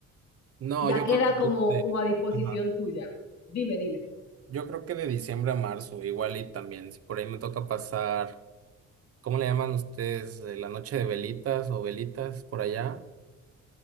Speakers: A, on the right; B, on the left.
A: No,
B: ya
A: yo
B: queda
A: creo que tú
B: como,
A: de-
B: como a disposición
A: ajá.
B: tuya. Dime, dime.
A: Yo creo que de diciembre a marzo, igual y también, si por ahí me toca pasar. ¿Cómo le llaman ustedes? eh, ¿La noche de velitas o velitas por allá?